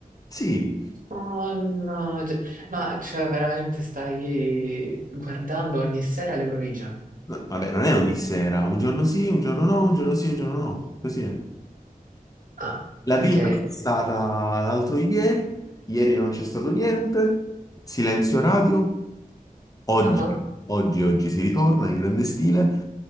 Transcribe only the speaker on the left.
sì.
No, vabbè, non è ogni sera, un giorno sì, un giorno no, un giorno sì, un giorno no, così è.
La prima
è stata l'altro ieri, ieri non c'è stato niente, silenzio radio. Oggi,
oggi, oggi si ritorna in grande stile